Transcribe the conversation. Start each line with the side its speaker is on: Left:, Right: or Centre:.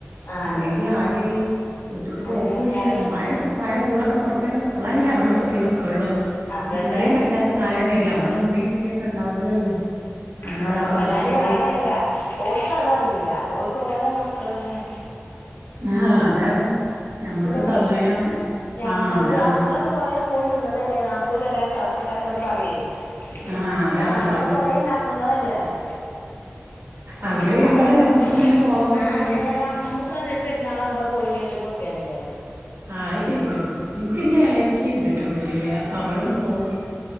Left: ആഹ്
Right: അല്ലെങ്കി ആര് വീട്ട്ക്ക് പോക്കൂല്ല്യാ
Left: അന്നെ ആര
Right: ഇമ്മാരെക്കപ്പാരകൂടൊക്കെ കൊറച്ചൊക്കെ ഇപ്പളല്ലേ ഞമ്മള് പോയി നിക്കൊള്ളൂ.
Left: അതന്നെ
Right: ഇത്രേം പറ്റാത്തകാലം വര്. ഞമ്മളിമ്മീമ്ഇപ്പക്കെ ണ്ടാവുമ്പളല്ലേ. നമ്മള്
Left: ഞമ്മള്
Right: അവിടെ
Left: അയ്ന്
Right: പോയി
Left: അയിനങ്ങല്ലാ ഓൽക്കതറിയില ഓൽ കോല മക്കള്ങ്ങനെ
Right: അഹ് അതാണ് ഞമ്മക്ക്
Left: ല്ലപ്രശ്നം
Right: സമയം
Left: ഞമ്മൾത്
Right: ആ അതാണ്
Left: ആ ഇങ്ങളൊക്കെ കൊറെ പോയി നിന്നതല്ലേ നാതൂന് വരാന് കാത്ത്ക്കാനൊക്കെ പറയേ... എ
Right: ആഹ് അതാണ്
Left: ആ ഇങ്ങളൊക്കെ
Right: അതാണ്
Left: കൊറനേനിന്നതല്ലേന്ന് പറയും.
Right: അവര്
Left: ആ
Right: വരുമ്പളേ
Left: അതൊക്കെ
Right: ഞമ്മക്കും തന്നെ പോവാൻ പറ്റുള്ളൂ
Left: ആ നേരം ഞമ്മക്കത്പെരുന്നാളാവുമ്പോ പോയില്ലങ്കി പ്പാടല്ലേ
Right: ആ അത് ശരിയാണ് എനിക്കിന്റെ ഇളച്ചി ഉണ്ട് കേട്ടോ വീട്ടിലെ അവളും പോവും